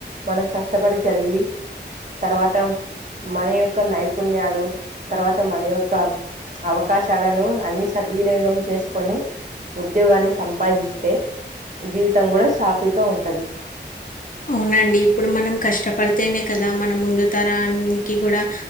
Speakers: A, on the right (about 45°); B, on the left (about 50°).
A: మనం కష్టపడి చదివి తర్వాత మన యొక్క నైపుణ్యాలు తర్వాత మన యొక్క అవకాశాలను అన్ని సద్వినియోగం చేసుకొని ఉద్యోగాన్ని సంపాదిస్తే జీవితం కూడా సాఫీగా ఉంటది
B: అవునండి ఇప్పుడు మనం కష్టపడితేనే కదా మన ముందు తరానికి కూడా